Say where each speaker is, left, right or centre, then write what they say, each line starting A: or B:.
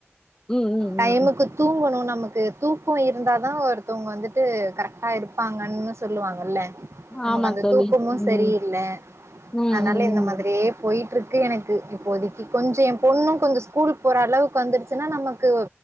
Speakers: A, on the left (about 15°); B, on the right (about 80°).
A: ம் ம்
B: டைமுக்கு
A: ம்.
B: தூங்கணுனா நமக்கு தூக்க இருந்தா தா ஒருத்தவங்க வந்துட்டு கரெக்டா இருப்பாங்கனு சொல்லுவாங்க ல்ல நமக்கு
A: ஆமா
B: அந்த
A: தோழி
B: தூக்கமு
A: ம்
B: சரியில்ல
A: ம்
B: அதனால
A: ம்
B: இந்த மாதிரியே
A: ம்
B: போயிட் ருக்கு எனக்கு இப்போதிக் கொஞ்ச என் பொண்ணும் கொஞ்சம் ஸ்கூல் போற அளவுக்கு வந்துடுச்சுன்னா நமக்கு